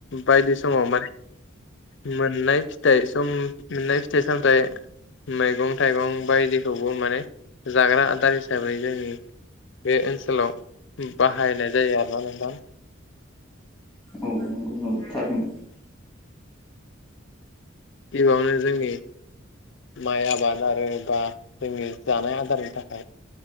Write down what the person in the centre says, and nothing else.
औ नोंगोव नोंगोव थारैनो।